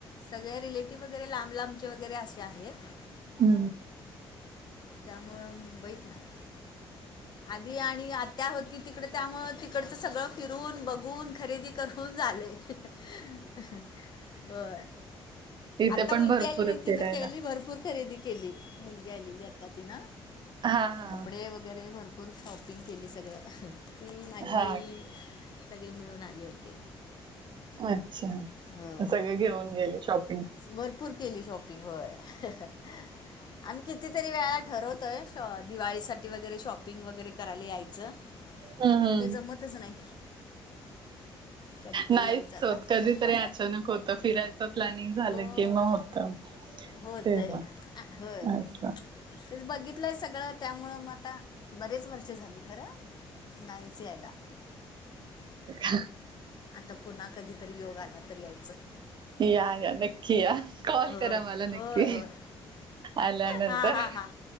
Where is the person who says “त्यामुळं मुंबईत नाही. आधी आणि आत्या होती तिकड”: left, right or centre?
Left